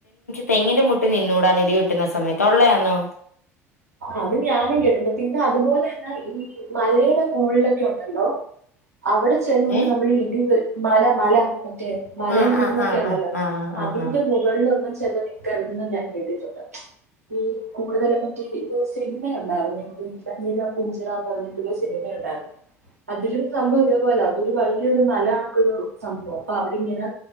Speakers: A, on the left (about 80°); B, on the right (about 80°).
A: തെങ്ങിന്റെ മൂട്ട് നിന്നൂടാന്ന് ഇടി വെട്ട്ന്ന സമയത്ത് ഒള്ളയാന്നോ
B: അത് ഞാനും കേട്ടുണ്ട് പിന്നെ അതുപോലെന്നെ ഈ മലയ്ടെ മോൾലൊക്കെ ഒണ്ടല്ലോ അവിടെ ചെന്നൊന്നും
A: ഏ
B: നമ്മള് ഇടി വെ മല മല മറ്റേ മലയും
A: ആഹ്
B: കുന്നുമൊക്കെ
A: ആഹ് ആഹ്
B: ഒണ്ടല്ലോ
A: ആഹ്
B: അതിന്റെ
A: ആഹ് ആഹ് ആഹ്
B: മുകളിലൊന്നും ചെന്ന് നിക്കര്തെന്നും ഞാൻ കേട്ടിട്ടുണ്ട് ഈ കൂടുതലൊന്നും സിനിമയുണ്ടാറ്ന്നേ ഇത് ഇളനീര പൂഞ്ചിറ എന്ന് പറഞ്ഞിട്ടൊരു സിനിമയുണ്ടാറ്ന്നു അതിലും സംഭവം ഇതേ പോലാ അതൊരു വലിയൊരു മല കണക്കൊരു സംഭവം അപ്പൊ അവിടെ ഇങ്ങന